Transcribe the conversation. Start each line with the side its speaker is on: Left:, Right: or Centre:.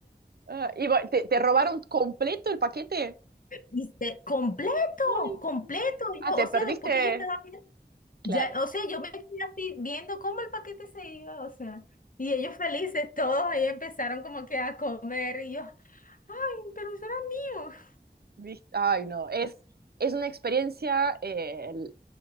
Right: ah, y bueno, ¿te, te robaron completo el paquete?
Left: Dice, completo,
Right: Ay,
Left: completo. Yo,
Right: ah, te
Left: o sea,
Right: perdiste,
Left: después que ya estaba,
Right: claro.
Left: ya, o sea, yo me quedé así viendo cómo el paquete se iba, o sea, y ellos felices, todos ahí empezaron como que a comer y yo, ay, pero eso era mío.
Right: Vis- Ay, no, es, es una experiencia eh, el-